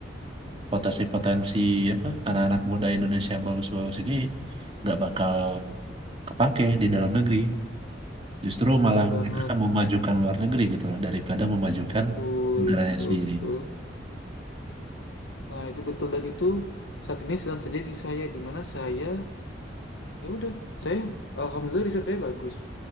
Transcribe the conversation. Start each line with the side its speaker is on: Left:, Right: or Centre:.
Right: potensi-potensi apa anak-anak muda Indonesia yang bagus-bagus ini nggak bakal kepake di dalam negeri. Justru
Left: betul
Right: malah
Left: banget,
Right: mereka memajukan luar negeri gitu loh daripada memajukan
Left: betul,
Right: negaranya
Left: betul,
Right: sendiri.
Left: betul. Nah, itu betul dan itu saat ini sedang terjadi di saya di mana saya ya udah saya alhamdulillah riset saya bagus.